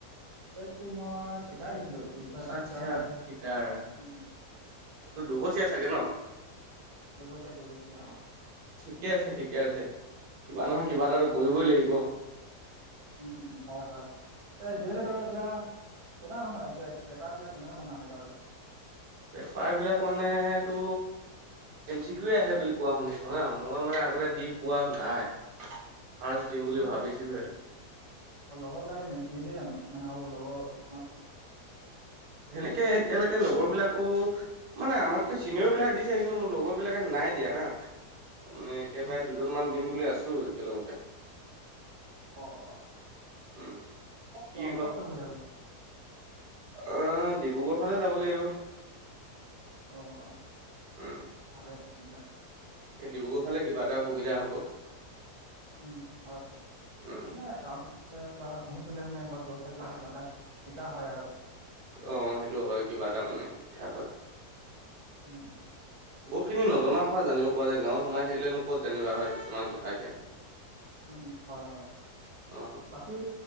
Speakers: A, on the right (about 20°); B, on the right (about 80°).
A: ট্ৰেডটো মই ফিটাই দিছ্‌ ছিলোঁ ফিচা ফিটাৰ।
B: আচ্ছা
A: অঁ,
B: গিটাৰ
A: অঁ,
B: এইটো
A: উম।
B: দুবছৰীয়া চাগে ন
A: দুবছৰীয়া দুবছৰীয়া অঁ।
B: ঠিকে আছে, ঠিকে আছে কিবা নহয়, কিবা এটাটো কৰিবই লাগিব।
A: উম, হ'য় হ'য়। এ ডি এল এটৰ এতিয়া কেনেকুৱা ধৰণৰ আহিছিলে? পেপাৰ বিলাক, কেনেকুৱা ধৰণৰ আহে বাৰু?
B: পেপাৰ বিলাক মানেটো এম চি কিউৱে আহে বুলি কোৱা শুনিছোঁ হাঁ। মই মানে, আগতে দি পোৱা নাই। ৰ্ফাষ্ট দিম
A: মানে
B: বুলি ভাৱিছোঁহে।
A: <unintelligible> নিদিয়ে জানো? মানে, আৰু লগৰ কিছুমান।
B: সেনেকে এতিয়ালৈকে লগৰ বিলাকো মানে, আমাতকেও চিনিয়ৰ বিলাক দিছে। কিন্তু মোৰ লগৰ বিলাকে নাই দিয়া হাঁ। তাৰমানে একেবাৰে
A: উম,
B: দুজনমান দিম বুলি আছো একেলগতে।
A: অঁ, অঁ
B: উম
A: ক'ত
B: কি
A: অ ক'ত কৰিম বুলি ভাৱিছা?
B: অঁ ডিব্ৰুগড় ফালে যাব লাগিব।
A: অঁ, অঁ,
B: উম
A: ভালে আছে দিয়া।
B: এই ডিব্ৰুগড় ফালে কিবা এটা সুবিধা হ'ব।
A: উম হয় হয়
B: উম
A: মানে টাউনত বা ঘুৰি ফুৰিলে মানে বা দূৰত থাকিলে কিবা এটা শিকা হয় আৰু
B: অ সেইটো হয় কিবা এটা মানে শিক্ষা হয়
A: উম
B: বহুতখিনি নজনা কথা জানিব পৰা যায় গাঁৱত সোমাই থাকিলেনো ক'ত জানিবা হয় কিছুমান কথা এতিয়া
A: উম হয় হয়
B: অ
A: বাকী।